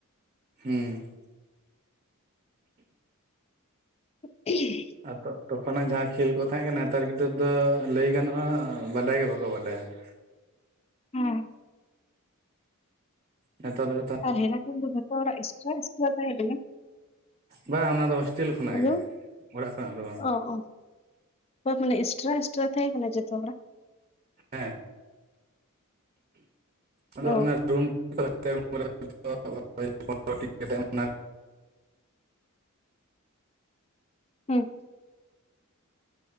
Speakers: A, on the right; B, on the left.
A: ᱦᱩᱸ,
B: <unintelligible>
A: ᱟ ᱛᱳᱜ ᱛᱚᱠᱷᱚᱱᱟᱜ ᱡᱟᱦᱟᱸ ᱠᱷᱮᱞ ᱠᱚ ᱛᱟᱦᱮᱸ ᱠᱟᱱᱟ ᱱᱮᱛᱟᱨ ᱜᱤᱫᱽᱨᱟᱹ ᱫᱚ ᱞᱟᱹᱭ ᱜᱟᱱᱚᱜᱼᱟ ᱵᱟᱰᱟᱭ ᱜᱮ ᱵᱟᱠᱚ ᱵᱟᱰᱟᱭᱟ ᱾
B: ᱦᱮᱸ,
A: ᱱᱮᱛᱟᱨ ᱫᱚ ᱡᱷᱚᱛ
B: ᱟᱨ ᱦᱮᱨᱟᱠᱤᱱ ᱫᱚ ᱡᱚᱛᱚ ᱦᱚᱲᱟᱜ ᱮᱥᱴᱨᱟ ᱮᱥᱴᱨᱟ ᱛᱟᱦᱮᱸ ᱠᱟᱱᱟ?
A: ᱵᱟᱝ ᱚᱱᱟ ᱫᱚ ᱦᱳᱥᱴᱮᱞ ᱠᱷᱚᱱᱟᱜ
B: ᱦᱮᱞᱳ
A: ᱜᱮ ᱚᱲᱟᱜ ᱠᱷᱚᱱᱟᱜ ᱫᱚ ᱵᱟᱝ ᱾
B: ᱚ ᱚ ᱵᱟ ᱢᱟᱱᱮ ᱮᱥᱴᱨᱟ ᱮᱥᱴᱨᱟ ᱛᱟᱦᱮᱸᱠᱟᱱᱟ ᱡᱚᱛᱚ ᱦᱚᱲᱟᱜ?
A: ᱦᱮᱸ ᱚᱫᱚ
B: ᱚ
A: ᱚᱱᱟᱨ ᱨᱩᱢ <unintelligible> ᱮᱱᱟ᱾
B: <inaudible>